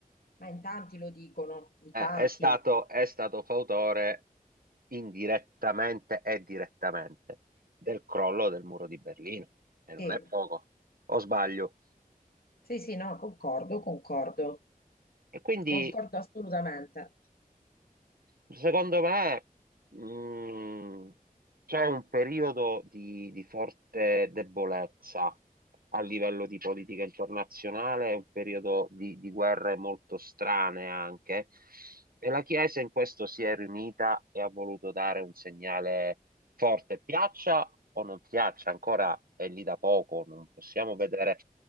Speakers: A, on the left (about 85°); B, on the right (about 75°).
A: Ma in tanti lo dicono, in
B: Eh,
A: tanti.
B: è stato, è stato fautore indirettamente e direttamente del crollo del muro di Berlino, e non
A: Sì,
B: è poco, o sbaglio.
A: sì, sì, no, concordo, concordo,
B: E quindi
A: concordo assolutamente.
B: Secondo me, mh, c'è un periodo di, di forte debolezza a livello di politica internazionale, è un periodo di, di guerre molto strane anche, e la Chiesa in questo si è riunita e ha voluto dare un segnale forte, piaccia o non piaccia, ancora è lì da poco, non possiamo vedere